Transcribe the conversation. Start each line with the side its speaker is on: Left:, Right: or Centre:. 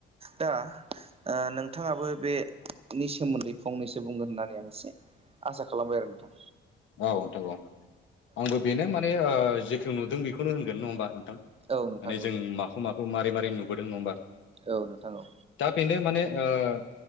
Right: दा ओ नों थाङाबो बेनि सोमोन्दै फंनैसो बुंगोन होननानै आं एसे आसा खालामबाय आरो नोंथां
Left: औ नोंथां औ आंबो बेनो माने जेखौ नुदों बेखौनो होनगोन नङा होनबा माने
Right: औ नोंथां
Left: जों माखौ माखौ मारै मारै नुबोदों नङा होमबा
Right: औ नोंथां औ
Left: दा बेनो माने ओ